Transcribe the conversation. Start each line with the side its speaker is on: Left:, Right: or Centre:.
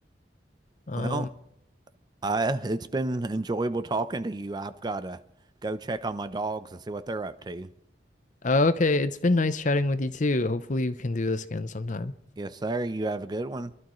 Left: Um,
Right: Well, I it's been enjoyable talking to you. I've got to go check on my dogs and see what they're up to.
Left: okay, it's been nice chatting with you too. Hopefully we can do this again sometime.
Right: Yes, sir. You have a good one.